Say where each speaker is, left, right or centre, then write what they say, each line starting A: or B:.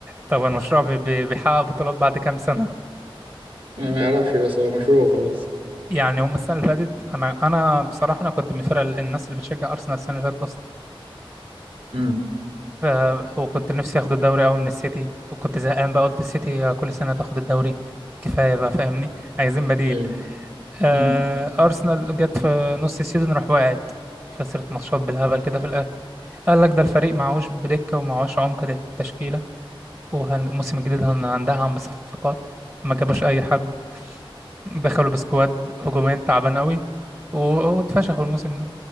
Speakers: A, on the right; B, on the right.
A: طب المشروع بي- بي- بيحقق بطولات بعد كام سنة
B: <laughs> ما يعرفش بس هو مشروع وخلاص
A: يعني هم السنه اللي فاتت انا انا بصراحه انا كنت من الفرق الناس اللي بتشجع ارسنال السنه اللي فاتت بس
B: امم
A: ف... وكنت نفسي اخد الدوري قوي من السيتي وكنت زهقان بقى قلت السيتي كل سنه تاخد الدوري كفايه بقى فاهمني عايزين بديل
B: ايوه
A: آه...
B: امم
A: ارسنال جت في نص السيزون راح وقعت خسرت ماتشات بالهبل كده في الاخر قال لك ده الفريق معهوش بدكه ومعهوش عمق للتشكيله والموسم الجديد هن- هندعم بصفقات ما جابوش اي حد دخلوا بسكواد هجومين تعبان قوي واتفشخوا الموسم